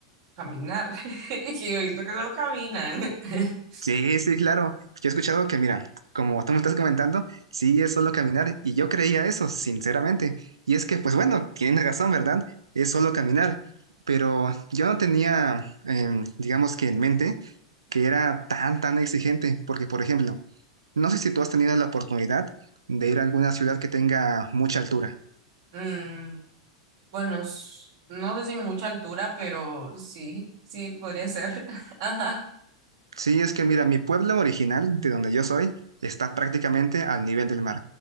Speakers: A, on the right (about 55°); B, on the right (about 75°).
A: caminar. <laughs> Es que yo he visto que solo caminan. <laughs>
B: Sí, sí, claro. Yo he escuchado que, mira, como tú me estás comentando, sí es solo caminar y yo creía eso, sinceramente. Y es que, pues bueno, tienes razón, ¿verdad? Es solo caminar. Pero yo no tenía, em, digamos que en mente, que era tan, tan exigente, porque, por ejemplo, no sé si tú has tenido la oportunidad de ir a alguna ciudad que tenga mucha altura.
A: Mm, bueno, s- no sé si mucha altura, pero sí, sí, podría ser. <laughs> Ajá.
B: Sí, es que, mira, mi pueblo original, de donde yo soy, está prácticamente al nivel del mar.